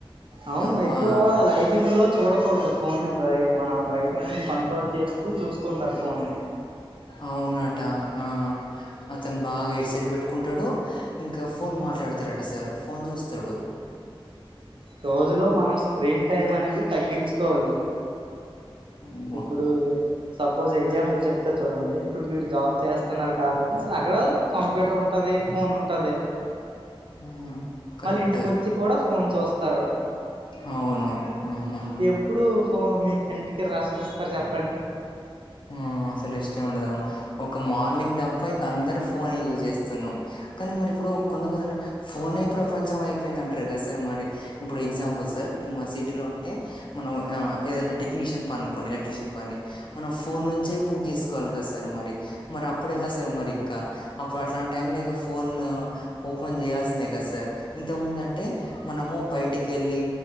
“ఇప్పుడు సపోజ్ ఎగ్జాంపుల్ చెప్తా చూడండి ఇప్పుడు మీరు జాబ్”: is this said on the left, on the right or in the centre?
Right